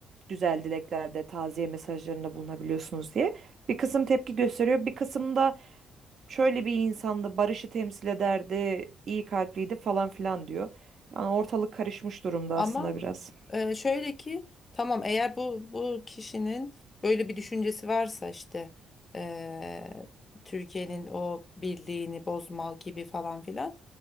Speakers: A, on the right; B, on the left.
A: güzel dileklerde, taziye mesajlarında bulunabiliyorsunuz diye bir kısım tepki gösteriyor, bir kısım da şöyle bir insandı, barışı temsil ederdi, iyi kalpliydi falan filan diyor. Yani ortalık karışmış durumda
B: Ama
A: aslında biraz.
B: Ee, şöyle ki tamam eğer bu bu kişinin böyle bir düşüncesi varsa işte eee, Türkiye'nin o birliğini bozma gibi falan filan